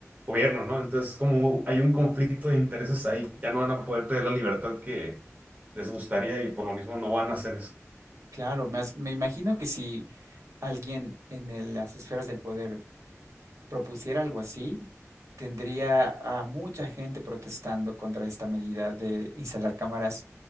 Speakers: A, on the right; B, on the right.
A: gobierno, ¿no? Entonces, como hay un conflicto de intereses ahí, ya no van a poder tener la libertad que les gustaría y por lo mismo no van a hacer eso.
B: claro, me, as- me imagino que si alguien en el- las esferas del poder propusiera algo así, tendría a mucha gente protestando contra esta medida de instalar cámaras